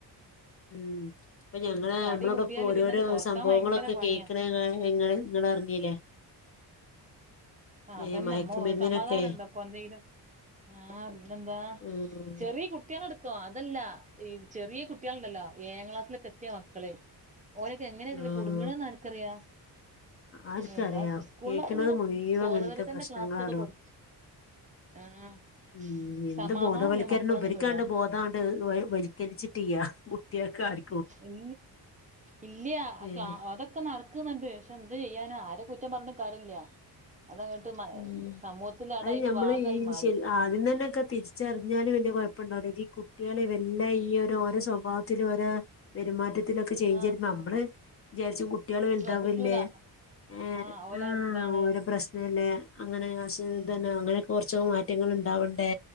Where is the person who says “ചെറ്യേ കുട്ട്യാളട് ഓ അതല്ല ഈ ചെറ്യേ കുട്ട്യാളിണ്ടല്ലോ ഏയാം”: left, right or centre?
Right